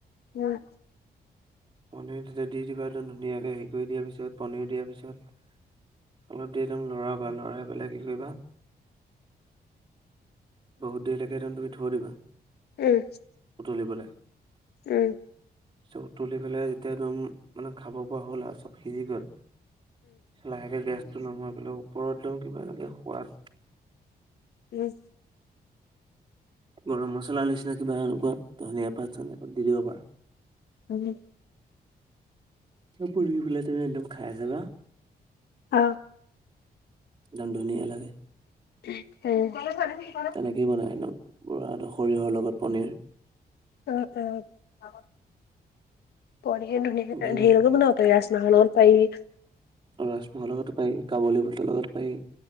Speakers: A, on the left (about 80°); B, on the right (about 25°).
A: উম।
B: <unintelligible> পনীৰ তেতিয়া দি দিবা ধুনীয়াকে হেৰি কৰি দিয়া পিছত পনীৰ দিয়াৰ পিছত। অলপ দেৰি একদম লৰাবা, লৰাই পেলাই কি কৰিবা। বহুত দেৰিলৈকে একদম তুমি থৈ দিবা।
A: উম।
B: উতলিবলে।
A: উম।
B: চব উতলি পেলাই যেতিয়া একদম মানে খাব পৰা হ'ল আৰু চব সিজি গ'ল। লাহেকে গেছটো নমাই পেলাই ওপৰত একদম কিবা এনেকে সোৱাদ।
A: উম।
B: গৰম মছলা নিচিনা কিবা এনেকুৱা ধনিয়া পাত, চনিয়া পাত দি দিব পাৰা।
A: উম।
B: তিবা পৰি পেলাই তুমি একদম খাইছাবা।
A: অ।
B: দন ধুনিয়া লাগে।
A: উম।
B: তেনেকেই বনায় ন, পুৰা একদম সৰিয়হৰ লগত পনীৰ।
A: অ', অ', পনীৰ খিনি ধুনীয়াকে
B: ভাল
A: ধেই
B: লাগে
A: <inaudible> ৰাজমহৰ লগত পাৰি।
B: ৰাজমহৰ লগতো পাৰি, কাবলী বুটৰ লগত পাই।